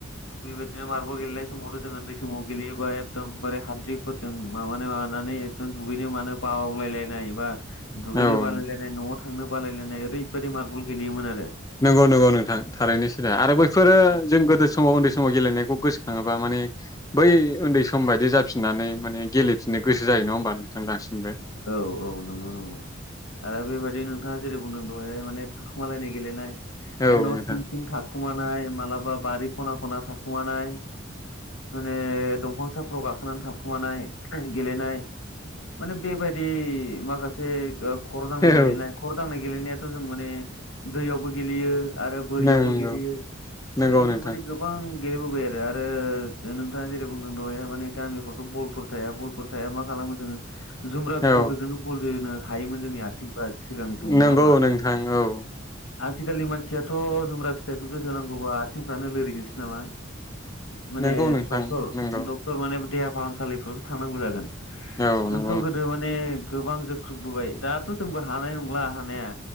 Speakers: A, on the left; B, on the left.
A: बेबायदिनो मार्बल गेलेनाय समावथ' जों उन्दै समाव गेलेयोबा एकदमबारे हाद्रिफोरजों माबानाय मानानै दुगैनो मानो बावलायलायनायबा दुगैनो
B: औ
A: बालायलायनाय न'आव थांनो बालायलायनाय ओरैबायदि मारबल गेलेयोमोन आरो
B: नंगौ नंगौ नोंथां थारैनोसो दा आरो बै बफोरो जों गोदो समाव उन्दै समाव गेलेनायखौ गोसोखाङोबा माने बै उन्दै सम बायदि जाफिननानै माने गेलेफिननो गोसो जायो नङा होमबा नोंथां दासिमबो
A: औ औ नंगौ नंगौ आरो बेबायदि नों थाङा जेरै बुंदों दहाय माने थाखुमालायनाय गेलेनाय
B: औ
A: न'
B: औ नोंथां
A: सिं सिं थाखुमानाय मालाबा बारि खना खना थाखुमानाय माने दंफांसाफ्राव गाखोनानै थाखोमानाय गेलेनाय माने बेबायदि माखासे ओ खर' दांनाय गेलेनाय
B: औ
A: खर' दांनाय गेलेनायाथ' जों माने दैयावबो गेलेयो आरो बोरियावबो
B: नंगौ
A: गेलेयो
B: नंगौ
A: माने बेफोरबादि
B: नोंथां
A: गो गोबां गेलेबोबाय आरो नोंथाङा जेरै बुंदों दहयहाय माने गामिफ्रावथ' बलफोर थाया बलफोर थाया मा खालामो जोङो जुमब्रा फिथाइफोरखौनो
B: औ
A: बलजोनो हायोमोन जोंनि आथिंफ्रा सिगांनि समाव
B: नंगौ
A: नङा होमबा
B: नोंथां औ
A: आथिखालनि मानसियाथ' जुमब्रा फिथाइफोरखौ जोनांगौबा आथिंफ्रानो लोरिगोनसो नामा माने
B: नंगौ नोंथां
A: डक्टर
B: नंगौ
A: डक्टर माने देहा फाहामसालिफ्रावथ' थांनांगौ जागोन
B: औ नों
A: जोंथ' गोदो माने गोबां जोख्रुबबोबाय दाथ' जोंबो हानाय नंला हानाया